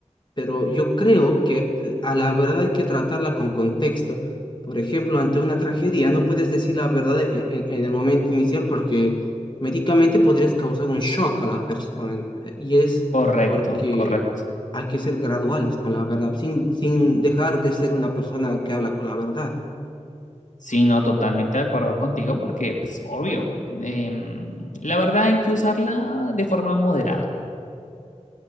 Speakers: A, on the left (about 35°); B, on the left (about 80°).
A: pero yo creo que a la verdad hay que tratarla con contexto. Por ejemplo, ante una tragedia no puedes decir la verdad e- e- en, el momento inicial porque médicamente podrías causar un shock a la persona eh, y es
B: Correcto,
A: porque
B: correcto.
A: hay que ser graduales con la verdad, sin, sin dejar de ser una persona que habla con la verdad.
B: Sí, no, totalmente de acuerdo contigo porque, pues, obvio, em, la verdad hay que usarla de forma moderada.